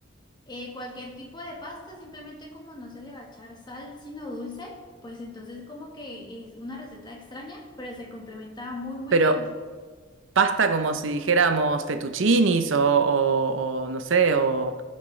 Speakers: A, on the left (about 20°); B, on the right (about 80°).
A: Eh, cualquier tipo de pasta, simplemente como no se le va a echar sal, sino dulce, pues entonces como que es una receta extraña, pero se complementa muy, muy
B: Pero
A: bien. o sea,
B: pasta como si dijéramos fettuccinis o, o- o no sé, o